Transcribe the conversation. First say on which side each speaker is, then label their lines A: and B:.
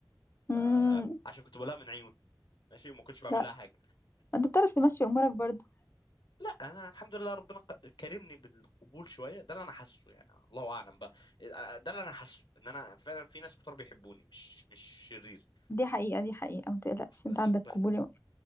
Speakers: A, on the left; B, on the left.
A: فعشان
B: امم
A: كنت بقولها من عيوني ماشي وما كنتش بعمل
B: لا
A: لها حاجه
B: انت بتعرف تمشي امورك برضو
A: لا انا الحمد لله ربنا ق- كرمني بالقبول شويه ده اللي انا حاسه يعني الله اعلم بقى ده اللي انا حاسه ان انا فعلا في ناس كتار بيحبوني مش مش شرير
B: دي حقيقه دي حقيقه ما تقلقش انت
A: بس-
B: عندك
A: ب-
B: قبول يا مرة.